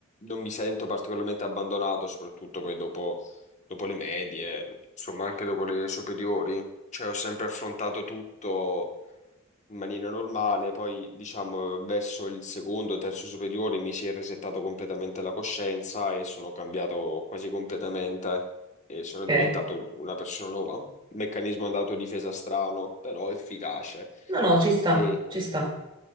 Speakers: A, on the left (about 35°); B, on the right (about 25°).
A: mi sento particolarmente abbandonato, soprattutto poi dopo, dopo le medie, insomma anche dopo le superiori. Cioè ho sempre affrontato tutto in maniera normale, poi diciamo verso il secondo, terzo superiore mi si è resettato completamente la coscienza e sono cambiato quasi completamente e sono
B: Ok?
A: diventato una persona nuova. Meccanismo d'autodifesa strano, però efficace.
B: No, no, ci sta,
A: E
B: ci sta.